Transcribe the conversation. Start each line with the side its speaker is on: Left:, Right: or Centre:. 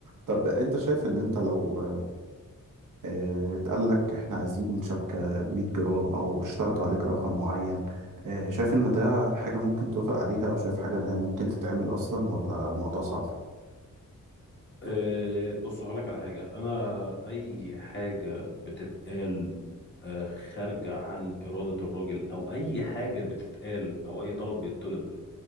Right: طب أنت شايف إن أنت لو آه، اتقال لك احنا عايزين شبكة 100 جرام او اشترطوا عليك رقم معين آه، شايف ان ده حاجة ممكن توافق عليها او شايف حاجة ان هي ممكن تتعمل اصلا ولا الموضوع صعب
Left: أه بص هقولك على حاجة انا اي حاجة بتتقال أه خارجة عن إرادة الراجل او اي حاجة بتتقال او اي طلب بيطلب